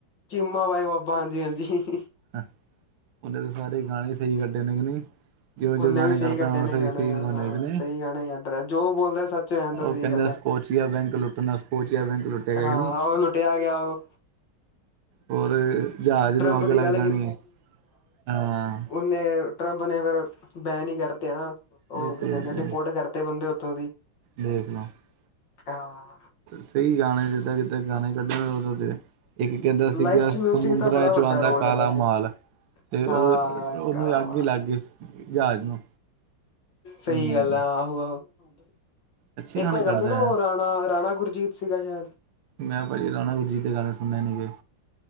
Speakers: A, on the left (about 60°); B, on the right (about 70°).
A: ਚੀਮਾ ਬਾਈ ਬਾਬਾ ਹਾਂਜੀ, ਹਾਂਜੀ।
B: ਉਹਨੇ ਤਾਂ ਸਾਰੇ ਗਾਣੇ ਸਹੀ ਕੱਢੇ ਨੇ ਕਿ ਨਹੀਂ। ਜਿਉਂ
A: ਉਹਨੇ
B: ਜੋ ਗਾਣੇ
A: ਵੀ ਸਹੀ
B: ਕਰਦਾ
A: ਕੱਢੇ
B: ਵਾ
A: ਨੇ
B: ਸਹੀ
A: ਗਾਣੇ
B: ਸਹੀ
A: ਹਾਂ
B: ਹੋਣੇ
A: ਹਾਂ
B: ਕਿ ਨਹੀਂ
A: ਸਹੀ ਗਾਣੇ ਕੱਢ ਰਿਹਾ ਜੋ ਬੋਲਦਾ ਸੱਚ ਹੋ ਜਾਂਦਾ।
B: ਉਹ ਕਹਿੰਦੇ
A: ਗੱਲ ਹੈ
B: ਸਕੋਚੀਆ ਬੈਂਕ ਲੁੱਟਣਾ ਸਕੋਚੀਆ ਬੈਂਕ ਲੁੱਟਿਆ ਗਿਆ।
A: ਹਾਂ
B: ਕਿ ਨਹੀਂ
A: ਉਹ ਲੁੱਟਿਆ ਗਿਆ ਉਹ।
B: ਹੋਰ ਜਹਾਜ਼
A: ਟਰੰਪ
B: ਨੂੰ ਅੱਗ ਲੱਗ
A: ਦੀ ਗੱਲ
B: ਜਾਣੀ ਹੈ ਹਾਂ।
A: ਨਹੀਂ ਟਰੰਪ ਨੇ ਫਿਰ ਬੈਨ ਹੀ ਕਰਤੇ ਹਨਾਂ। ਹੋਰ
B: ਬਿਲਕੁਲ
A: ਕੀ ਕਹਿੰਦੇ
B: ਬਿਲਕੁਲ
A: ਡਿਪੋਰਟ ਕਰਤੇ ਬੰਦੇ ਓਥੋਂ ਦੀ
B: ਦੇਖ ਲਓ
A: ਹਾਂ।
B: ਸਹੀ ਗਾਣੇ ਜਿੱਦਾਂ ਕਿਦਾਂ ਗਾਣੇ ਕੱਢਣ ਉਦੋ ਇੱਕ ਕਹਿੰਦਾ ਸੀਗਾ
A: ਲਾਈਫ 'ਚ ਮਿਊਜ਼ਿਕ
B: ਸਮ।
A: ਦਾ
B: ਦੁਰਾਏ
A: ਬੜਾ
B: ਚ
A: ਵੱਡਾ
B: ਆਉਂਦਾ
A: ਰੋਲ
B: ਕਾਲਾ
A: ਹੈ ਵੈਸੇ
B: ਮਾਲ ਤੇ ਉਹ
A: ਹਾਂ ਕਮਾਲ
B: ਨੂੰ ਅੱਗ ਹੀ ਲੱਗ ਗਈ ਸੀ। ਜਹਾਜ ਨੂੰ।
A: ਸਹੀ
B: ਹਮ
A: ਗੱਲ ਆ ਆਹੋ, ਆਹੋ।
B: ਅੱਛੇ
A: ਇੱਕ
B: ਗਾਣੇ
A: ਹੈਗਾ
B: ਕੱਢਦਾ
A: ਸੀ ਨਾ ਉਹ
B: ਹੈ
A: ਰਾਣਾ ਰਾਣਾ ਗੁਰਜੀਤ ਸੀਗਾ ਸ਼ਾਇਦ।
B: ਮੈਂ ਬੜੀ ਰਾਨਾ ਗੁਰਜੀਤ ਦੇ ਗਾਨੇ ਸੁੱਨੇ ਨੀਗੇ।